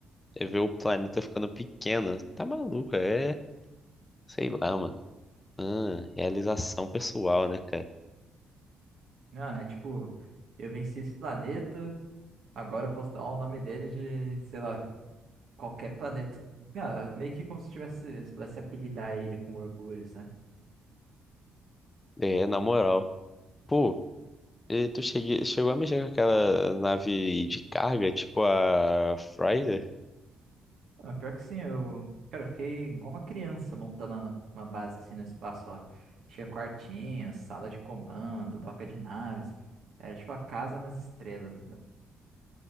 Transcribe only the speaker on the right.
Ah, é tipo, eu venci esse planeta, agora eu posso dar o nome dele de, sei lá, qualquer planeta. Ah, meio que como se tivesse, se pudesse apelidar ele com orgulho, sabe?
Ah, pior que sim, eu, cara, eu fiquei igual uma criança montando a- uma base assim no espaço lá. Tinha quartinhas, sala de comando, doca de naves. Era tipo a casa nas estrelas.